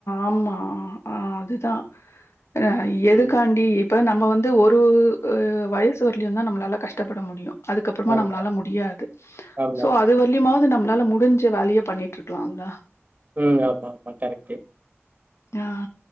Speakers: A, on the left (about 65°); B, on the right (about 35°).
A: ஆமா. ஆ அதுதா அ எதுக்காண்டி
B: ம்.
A: இப்ப நம்ம வந்து ஒரூ வயசு வரலயு தா நம்மளால கஷ்டபட முடியு அதுக்கப்புறமா
B: ஆமா,
A: நம்மளால முடியாது
B: ஆமா.
A: சோ அ து வர்லியமாவது நம்ளால முடிஞ்ச வேலய பண்ணிட்டு இருக்கலாம்ல
B: ம் ஆமா ஆமா கரெக்டு
A: ஆ